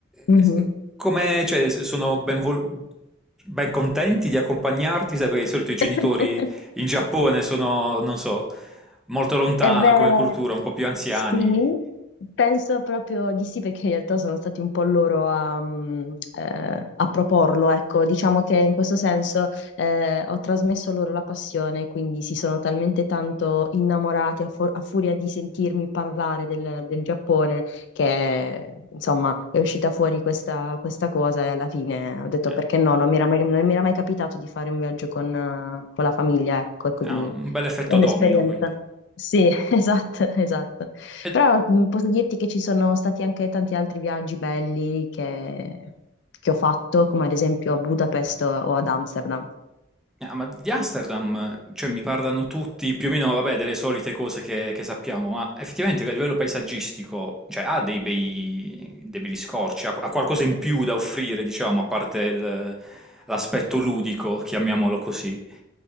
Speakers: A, on the left; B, in the centre.
A: Mhm.
B: e- e- come, cioè, s- sono ben, vol- ben contenti di accompagnarti, sai, perché di solito
A: <laughs>
B: i genitori in Giappone sono, non so, molto lontana
A: E beh,
B: come cultura, un po' più anziani.
A: Sì, penso proprio di sì, perché in realtà sono stati un po' loro a, mm, eh, a proporlo, ecco, diciamo che in questo senso eh, ho trasmesso loro la passione, quindi si sono talmente tanto innamorati a, for- a furia di sentirmi parlare del, del Giappone che insomma è uscita fuori questa, questa cosa e alla fine ho detto
B: Eh,
A: perché no, non mi era mai, non mi era mai capitato di fare un viaggio con, eh, con la famiglia, ecco, e quindi
B: Ha un bel effetto
A: è un'esperienza.
B: domino, quindi.
A: Sì, <laughs> esatto, esatto.
B: E
A: Però mh, posso dirti che ci sono stati anche tanti altri viaggi belli che, che ho fatto, come ad esempio a Budapest o o ad Amsterdam.
B: Ah, ma di Amsterdam, cioè, mi parlano tutti più o meno, vabbè, delle solite cose che, che sappiamo, ma effettivamente a livello paesaggistico, cioè, ha dei bei, dei belli scorci, ha, ha qualcosa in più da offrire, diciamo, a parte il- l'aspetto ludico, chiamiamolo così.